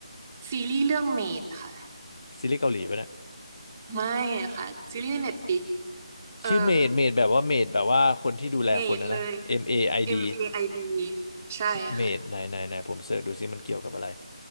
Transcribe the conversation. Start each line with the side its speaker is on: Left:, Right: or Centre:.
Right: ซีรีส์เรื่องเมดค่ะ
Left: ซีรีส์เกาหลีไปนะ
Right: ไม่ค่ะซีรีส์ในเน็ตฟิกเอ่อ
Left: ชื่อเมดเมดแบบว่าเมดแบบว่าคนที่ดูแลคนนะนะ
Right: เมดเลย
Left: M A I D เอไอดี
Right: M A I D ใช่ค่ะ
Left: เมดไหนไหนไหนผมเสิร์ชดูซิมันเกี่ยวกับอะไร